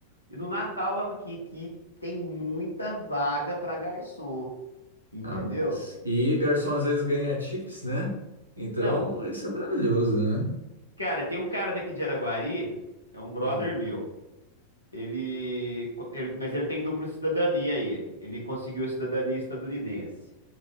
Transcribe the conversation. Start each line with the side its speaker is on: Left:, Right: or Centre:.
Left: e no Natal aqui, que tem muita vaga pra garçom, entendeu?
Right: tá. E garçom às vezes ganha tips, né? Então,
Left: Não,
Right: isso é maravilhoso, né?
Left: cara, tem um cara daqui de Araguari, é um brother
Right: Hum,
Left: meu. Ele, ele, mas ele tem dupla cidadania, ele. Ele conseguiu a cidadania estadunidense.